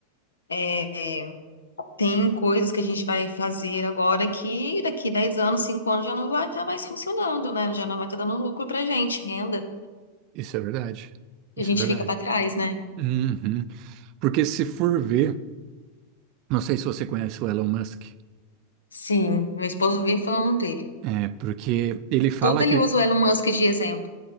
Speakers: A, on the left (about 70°); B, on the right (about 40°).
A: é, é, tem coisas que a gente vai fazer agora que daqui 10 anos, 5 anos já não vai estar mais funcionando, né? Já não vai estar dando lucro pra gente, renda.
B: Isso é verdade. Isso
A: A gente
B: é verdade.
A: fica para trás, né?
B: Uhum. Porque se for ver, não sei se você conhece o Elon Musk,
A: Sim, meu esposo vive falando dele.
B: é porque ele fala
A: Tudo ele
B: que,
A: usa o Elon Musk de exemplo.